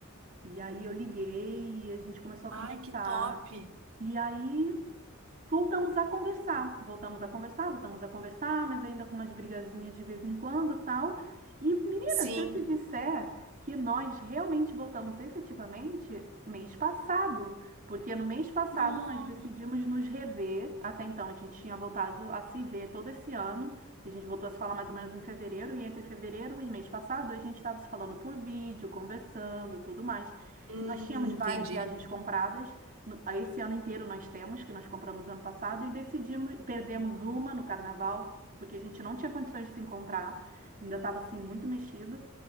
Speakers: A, on the right (about 40°); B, on the right (about 75°).
A: E aí eu liguei e a gente começou
B: Ai,
A: a conversar.
B: que top.
A: E aí Voltamos a conversar, voltamos a conversar, voltamos a conversar, mas ainda com umas brigazinhas de vez em quando, tal. E, menina,
B: Sim.
A: se eu te disser que nós realmente voltamos efetivamente mês passado, porque no mês passado
B: Nossa.
A: nós decidimos nos rever, até então a gente tinha voltado a se ver todo esse ano, e a gente voltou a se falar mais ou menos em fevereiro, e entre fevereiro e mês passado a gente estava se falando por vídeo, conversando, tudo mais.
B: Hum,
A: Nós tínhamos
B: entendi.
A: várias viagens compradas. No- a Esse ano inteiro nós temos, que nós compramos ano passado, e decidimos, perdemos uma no carnaval, porque a gente não tinha condições de se encontrar, ainda estava assim muito mexido.